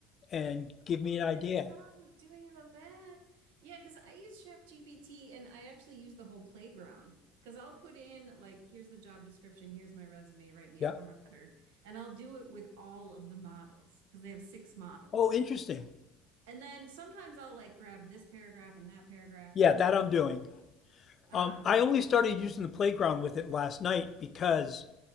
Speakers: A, on the left; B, on the right.
A: and give
B: Oh,
A: me an idea.
B: I never thought about doing it of that. Yeah, because I use ChatGPT and I actually use the whole playground because I'll put in like, here's the job description, here's my resume, write me
A: Yeah.
B: a cover letter, and I'll do it with all of the models because they have six models.
A: Oh, interesting.
B: And then sometimes I'll like grab this paragraph and that paragraph
A: Yeah,
B: and the,
A: that I'm doing.
B: <laughs> um,
A: Um, I only started using the playground with it last night because